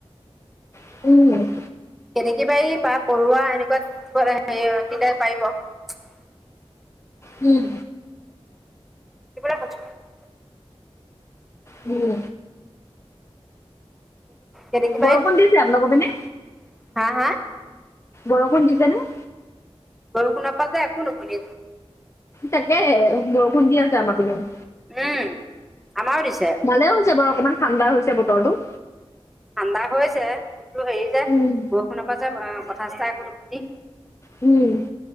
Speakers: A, on the left; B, in the centre.
A: উম।
B: কেনেকী বাৰী বা পৰুৱা এনেকুৱা <unintelligible> তেতিয়া পাৰিব। <inaudible>
A: উম।
B: <unintelligible>
A: উম।
B: কেতেকী
A: বৰষুণ
B: বাৰীত।
A: দিছে আপোনালোকৰ পিনে?
B: হা হা?
A: বৰষুণ দিছেনে?
B: বৰষুণৰ পৰা যে একো নুশুনি।
A: তাকেহে বৰষুণ দি আছে আমাৰ পিনেও।
B: উম আমাৰো দিছে।
A: ভালেও হৈছে বাৰু অকণমান ঠাণ্ডা হৈছে বতৰটো।
B: ঠাণ্ডা হৈছে কিন্তু হেৰি যে
A: উম,
B: বৰষুণৰ পৰা যে কথা চথা একো নুশুনি।
A: উম।